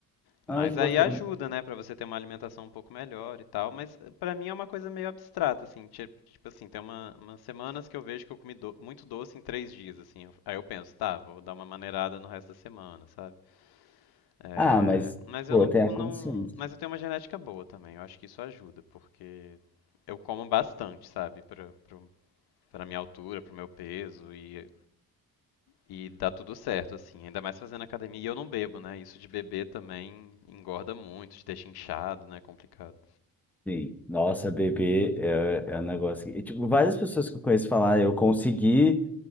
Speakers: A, on the left (about 80°); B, in the centre.
A: Mas
B: Ai, que
A: aí
B: bacana.
A: ajuda, né, Pra você ter uma alimentação um pouco melhor e tal, mas eh, pra mim é uma coisa meio abstrata, assim, ti- tipo, assim, tem uma, umas semanas que eu vejo que eu comi do- muito doce em três dias, assim, eu- aí eu penso, tá, vou dar uma maneirada no resto da semana, sabe? Eh,
B: Ah, mas,
A: mas
B: pô,
A: eu não,
B: tem
A: co-
B: a consciência.
A: não, mas eu tenho uma genética boa também, eu acho que isso ajuda, porque eu como bastante, sabe, pra, pro- pra minha altura, pro meu peso, e e dá tudo certo, assim, ainda mais fazendo academia. E eu não bebo, né? Isso de beber também engorda muito, te deixa inchado, né? É complicado.
B: Sim. Nossa, bebê é, é um negócio que... e, tipo, várias pessoas que eu conheço falar, eu consegui